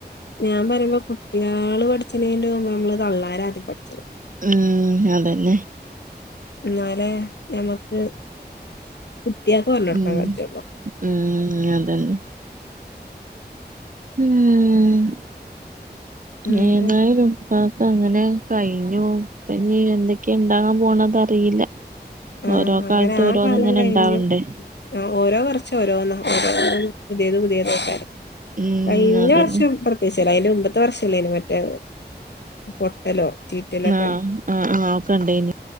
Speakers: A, on the left (about 80°); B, on the right (about 50°).
A: ഞാൻ പറയുമ്പോ കുട്ട്യാള് പഠിചനെന്റെ മുമ്പ് നമ്മള് തള്ളാര ആദ്യം പഠിച്ചണം
B: ഉം അതന്നെ
A: എന്നാലേ ഞമ്മക്ക് കുട്ട്യേൽക്ക് പറഞോടക്കാൻ
B: ഉം
A: കജ്‌ജള്ളു
B: ഉം അതന്നെ ഉം
A: എന്നിട്ട്
B: ഏതായാലും ഉപ്പാക്കങ്ങനെ കഴിഞ്ഞു എന്തൊക്കെയാ ഉണ്ടാകാൻ പോണത അറിയില്ല
A: ആഹ്
B: ഓരോ
A: അങ്ങനെ
B: കാലത്തും
A: ആ
B: ഓരോന്ന്
A: കാലം
B: ഇങ്ങനെ
A: കഴിഞ്ഞു
B: ഉണ്ടാവണ്ടേ
A: ആ ഓരോ വർഷം ഓരോ ഓരോ പുതിയത് പുതിയതൊക്കാണ്
B: ഉം
A: കഴിഞ്ഞ
B: അതന്നെ
A: വർഷം പ്രത്യേകിച്ചല്ല അതിന് മുമ്പത്തെ വർഷംല്ല അയ്ന് മറ്റേ പൊട്ടലോ ചീറ്റലൊക്കെ
B: ആഹ് ആഹ് ആഹ് ഒക്കെ ഉണ്ടായിനി